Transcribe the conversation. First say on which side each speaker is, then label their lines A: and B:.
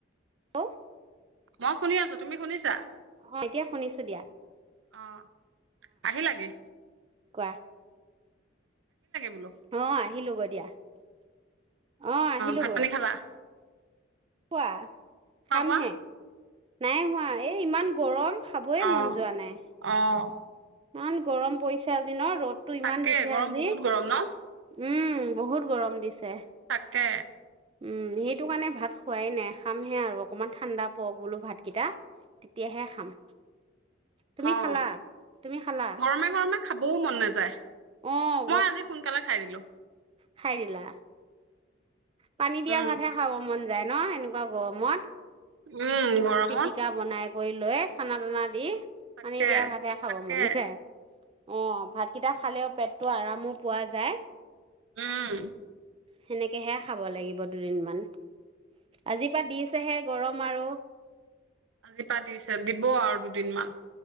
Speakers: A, on the right (about 30°); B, on the right (about 75°).
A: ও
B: মই শুনি আছো তুমি শুনিছা।
A: অ এতিয়া শুনিছো দিয়া।
B: অ কাহে লাগে।
A: কোৱাহ
B: বোলো
A: অ আহিলো ঘৰত। দিয়া অ আহিলো
B: ভাত
A: গৈ।
B: পানী খালা
A: কোৱা
B: পাবা
A: খামহে নাই হোৱা এই ইমান গৰম। খাবই
B: অহ
A: মন যোৱা নাই
B: অহ
A: ইমান গৰম পৰিছে আজ ন ৰ'দতটো ইমান
B: তাকে
A: দিছে
B: গৰম
A: আজি,
B: বহুত গৰম ন
A: উম বহুত গৰম দিছে।
B: তে
A: উম সেইটো কাৰণে ভাত খোৱাই নাই, খামহে আৰু অকমান ঠাণ্ডা পৰক বোলো ভাতকেইটা তেতিয়াহে খাম। তুমি
B: অঁ,
A: খালা তুমি খালা
B: গৰমে গৰমে খাবও মন নাযায়।
A: অ'
B: মই আজি সোনকালে খাই দিলো।
A: খায় দিলা পানী দিয়া
B: উম
A: ভাতহে খাব মন যায় ন এনেকুৱা গৰমত।
B: উম' গৰমত
A: পিটিকা বনাই কৰি লৈ চানা তানা দি!
B: তাকে
A: পানী দিয়া ভাতে খাব
B: তাকে
A: মন যায়। অঁ ভাতকেইটা খালেও পেটটো আৰামো পোৱা যায়।
B: উম।
A: সেনেকেহে খাব লাগিব দুদিন মমান, আজিৰ পৰা দিছ আছেহে গৰম আৰু
B: আজি পা দিছে, দিব আৰু দুদিনমান।